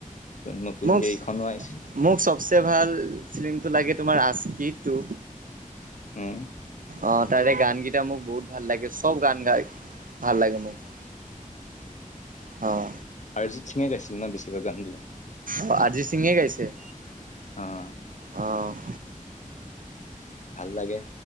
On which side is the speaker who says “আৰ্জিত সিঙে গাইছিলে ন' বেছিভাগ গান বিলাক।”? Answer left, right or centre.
Left